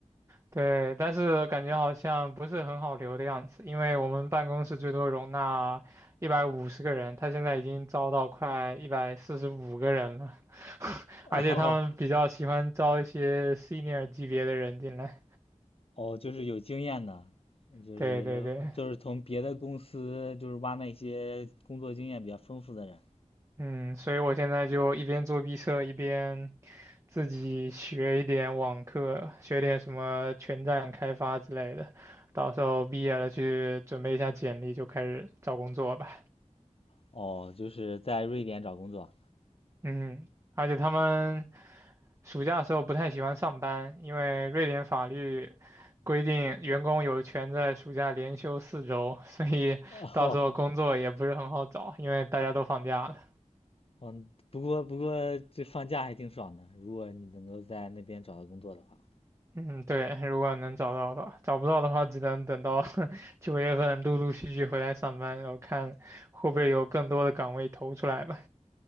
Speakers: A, on the right (about 25°); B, on the left (about 50°).
A: 对，但是感觉好像不是很好留的样子，因为我们办公室最多容纳一百五十个人，他现在已经招到快一百四十五个人了，
B: <laughs>
A: 而且他们比较喜欢招一些
B: 哦，
A: senior 级别的人进来。
B: 哦，就是有经验的，就是就是从别的公司就是挖那些工作经验比较丰富的人，
A: 对对对。嗯，所以我现在就一边做毕设，一边自己学一点网课，学点什么全站开发之类的。到时候毕业了去准备一下简历，就开始找工作吧。
B: 哦，就是在瑞典找工作，
A: 嗯，而且他们暑假的时候不太喜欢上班，因为瑞典法律规定员工有权在暑假连休四周，所以到时候工作也不是很好找，
B: <laughs> 哦，
A: 因为大家都放假了。
B: 嗯，不过不过这放假还挺爽的，如果你能够在那边找到工作的话，
A: 嗯，对，如果能找到的话，找不到的话，只能等到 <laughs> 九月份陆陆续续回来上班，然后看会不会有更多的岗位投出来吧。